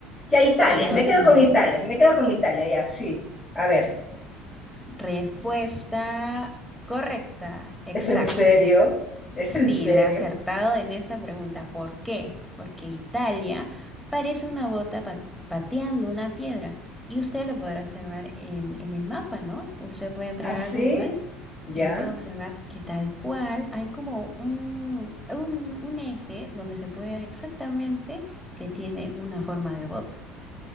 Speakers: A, on the left (about 25°); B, in the centre.
A: ya Italia,
B: Y, no,
A: me quedo
B: y Noruega.
A: con Italia, me quedo con Italia, ya, sí. A ver,
B: Respuesta correcta, exacto.
A: ¿es en serio? ¿Es
B: Sí,
A: en serio?
B: la ha acertado en esta pregunta. ¿Por qué? Porque Italia parece una bota pa- pateando una piedra y usted lo podrá observar en, en el mapa, ¿no? Usted puede entrar
A: ¿Así?
B: a Google
A: ¿Ya?
B: y puede observar que tal cual hay como un, un, un eje donde se puede ver exactamente que tiene una forma de bota.